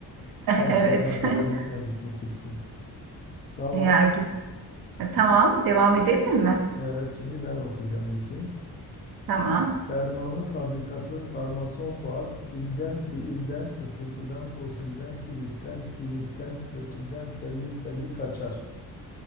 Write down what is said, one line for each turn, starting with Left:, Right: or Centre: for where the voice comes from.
Left: Tam
Right: Evet.
Left: sonuna kadar
Right: <laughs>
Left: gitmemişsin kursun. Tamam.
Right: Ya git. Tamam devam edelim mi?
Left: Evet, şimdi ben okuyacağım ilkin.
Right: Tamam.
Left: Fermanlı fabrikatör farmason Fuat filden fiilden fısıltıdan fosilden flütten filitten fötürden fellik fellik kaçar.